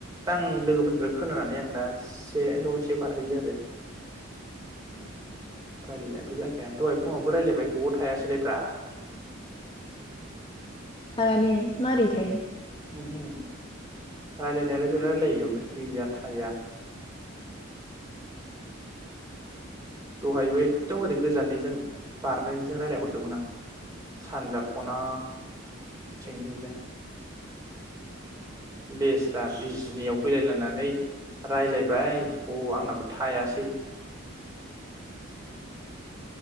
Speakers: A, on the right; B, on the left.
A: दा आं लोगोफोरनिफ्राय खोनानानै आं दा इस एसेल' एसे बारहैयो आरो।
B: ओं
A: रायलायनायाथ' जाखाया दहाय फुङावबो रायलायबाय हबाव थायासैलायब्रा।
B: थाया ने मारै थाय?
A: ओमहो रायलायनायालाय बिराद रायलायो ओमफ्राय दैया थाया। दहायबो एकदम ओरै गोजाननिजों बारनायनिजों रायलायहरदोंमोन आं सानजा ख'ना थिंनिजों। बेस्रा बिजनियाव फैलायलायनानै रायलायबाय ब आंनाबो थायासै।